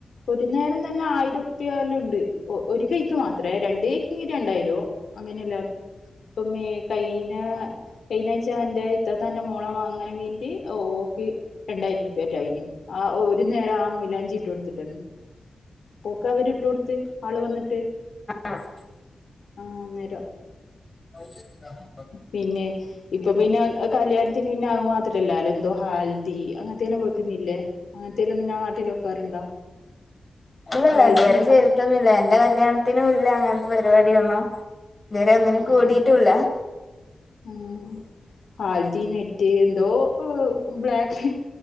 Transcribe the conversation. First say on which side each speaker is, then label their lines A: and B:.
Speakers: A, on the left (about 75°); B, on the left (about 30°).
A: ഒരു നേരം തന്നെ ആയിരു ത്തിയാല്ണ്ട്. ഒ ഒരു കൈക്ക് മാത്രേ രണ്ട് കൈക്ക് രണ്ടായി രോ അങ്ങനെയല്ലന്ന് ഇപ്പം മേ കൈയിനാ കഴിഞ്ഞാഴ്ച്ച എന്റെ ഇത്താത്താന്റെ മോളെ മംഗലം കഴിഞ്ഞ്ട്ട് ഓക്ക്. രണ്ടായിരം റുപ്യറ്റെ ആയിന് ആഹ് ഒരു നേരം ആഹ് മൊയ്ലാഞ്ചി ഇട്ട് കൊടുത്തിട്ടന്നെ. പോക്ക അവര് ഇട്ട് കൊടുത്ത് ആള് വന്നിട്ട്.
B: ആഹ് ആഹ്
A: ആഹ് അന്നേരം
B: <unintelligible>
A: പിന്നെ ഇപ്പൊ പിന്നെ അ അത് കല്യാണത്തിന് പിന്നെ അതു മാത്രാല്ലല്ലോ. എന്തോ ഹാൽ തീ അങ്ങന്ത്തനും വെക്കുന്നില്ലേ അങ്ങനത്തെെയെല്ലാം നിങ്ങള നാട്ടിൽ വെക്കാറുണ്ടോ?
B: ഇല്ലല്ലല്ല.
A: ഹൽദി
B: ഇത്‌വരെ
A: ഹ
B: ചെയ്തിട്ടൊന്നുല്ല. എന്റെ കല്യാണം ത്തിനും ഇല്ല അങ്ങനത്തെ പരിപാടി ഒന്നും ഇതുവരെ ഒന്നിനും
A: ആഹ്
B: കൂടീട്ടുംല്ല.
A: ആഹ് ഉം... ഹൽദി നൈറ്റ് എന്തോ ബ്ലാക്ക്